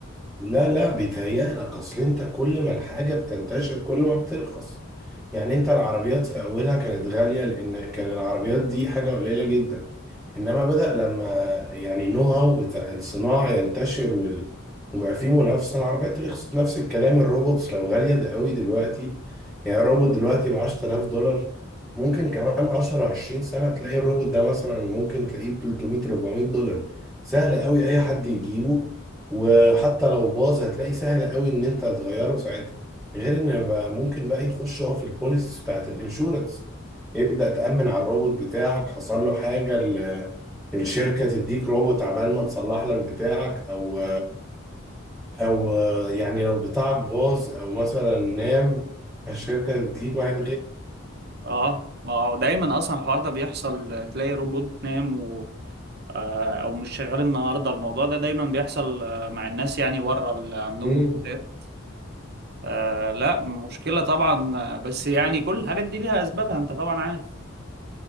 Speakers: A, in the centre; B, on the right.
A: لا لا بيتهيألك اصل انت كل ما الحاجه بتنتشر كل ما بترخص يعني انت العربيات في اولها كانت غاليه لان كان العربيات دي حاجه قليله جدا انما بدأ لما يعني النو هاو بتاع الصناعه ينتشر وال... وبقى في منافسه العربيات رخصت نفس الكلام الروبوتس لو غاليه ده قوي دلوقتي يعني الروبوت دلوقتي ب 10000 دولار ممكن كمان 10 20 سنه تلاقي الروبوت ده مثلا ممكن تلاقيه ب 300 400 دولار سهل قوي اي حد يجيبه وحتى لو باظ هتلاقي سهل قوي ان انت تغيره ساعتها غير ان بقى ممكن بقى يخش هو في البوليسيز بتاعت الانشورنس يبدأ تأمن على الروبوت بتاعك حصل له حاجة ال- الشركة تديك روبوت عبال ما تصلح لك بتاعك او او يعني لو بتاعك باظ او مثلا نام الشركة تديك واحد
B: اه ما هو دايما اصلا الحوار ده بيحصل تلاقي روبوت نام و... آه، او مش شغال النهارده الموضوع ده دايما بيحصل آه، مع الناس يعني بره اللي عندهم
A: غيره
B: روبوتات آه لا مشكلة طبعا آه، بس يعني كل الحاجات دي ليها أسبابها أنت طبعا عارف